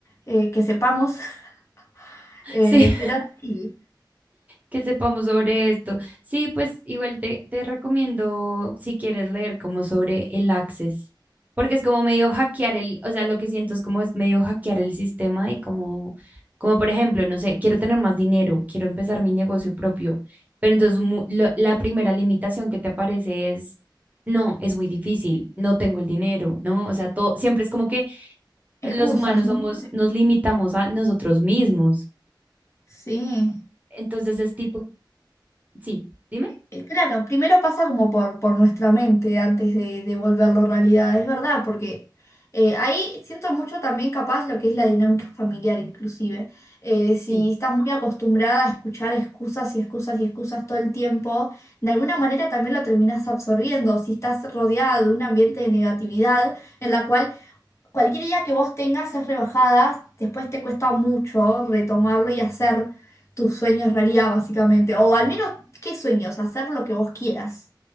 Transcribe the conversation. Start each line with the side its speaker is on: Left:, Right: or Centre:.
Left: eh, que sepamos. <laughs>
Right: <laughs>
Left: Eh,
Right: Sí.
Left: pero sí,
Right: que sepamos sobre esto. Sí, pues igual te, te recomiendo si quieres leer como sobre el Access, porque es como medio hackear el, o sea, lo que siento es como es medio hackear el sistema y como, como por ejemplo, no sé, quiero tener más dinero, quiero empezar mi negocio propio, pero entonces mu- lo- la primera limitación que te aparece es... No, es muy difícil, no tengo el dinero, ¿no? O sea, todo, siempre es como que
Left: excusas.
Right: los humanos
Left: muchas-
Right: somos, nos limitamos a nosotros mismos.
Left: Sí.
Right: Entonces es tipo, sí, dime.
Left: Eh, Claro, primero pasa como por, por nuestra mente antes de, de volverlo realidad, es verdad, porque eh, ahí siento mucho también capaz lo que es la dinámica familiar inclusive. Eh, si
Right: Sí.
Left: estás muy acostumbrada a escuchar excusas y excusas y excusas todo el tiempo, de alguna manera también lo terminas absorbiendo. Si estás rodeada de un ambiente de negatividad en la cual Cualquier idea que vos tengas es rebajada, después te cuesta mucho retomarlo y hacer tus sueños realidad, básicamente. O al menos, ¿qué sueños? Hacer lo que vos quieras.